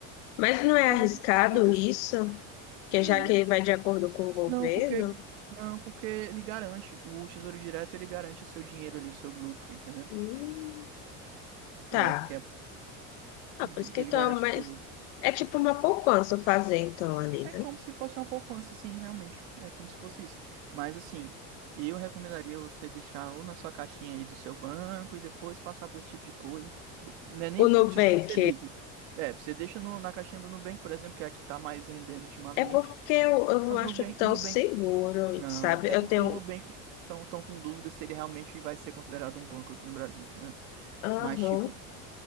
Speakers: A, on the left; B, on the right.
A: Mas não é
B: É,
A: arriscado
B: mas assim,
A: isso? Porque
B: não,
A: já que vai de acordo com o governo,
B: não, porque não, porque ele garante, o Tesouro Direto ele garante o seu dinheiro ali, o seu lucro, entendeu?
A: hum, tá.
B: É, porque é-
A: Ah,
B: Uhum,
A: por isso que
B: ele
A: então,
B: garante
A: mas
B: o seu lucro.
A: é tipo uma poupança fazer então ali,
B: É
A: né?
B: como se fosse uma poupança, sim, realmente. É como se fosse isso. Mas assim, eu recomendaria você deixar ou na sua caixinha aí do seu banco e depois passar para esse tipo de coisa. De- Não é nem
A: O
B: para
A: Nubank
B: o Tesouro Selic. É, você deixa no- na caixinha do Nubank, por exemplo, que é a que está mais rendendo ultimamente.
A: é porque eu, eu não
B: Mas
A: acho
B: Nubank,
A: tão
B: o Nubank.
A: seguro,
B: Não,
A: sabe?
B: é
A: Eu
B: porque
A: tenho.
B: o Nubank estão tão tão com dúvida se ele realmente vai ser considerado um banco aqui no Brasil, entendeu?
A: Aham.
B: Mas, tipo,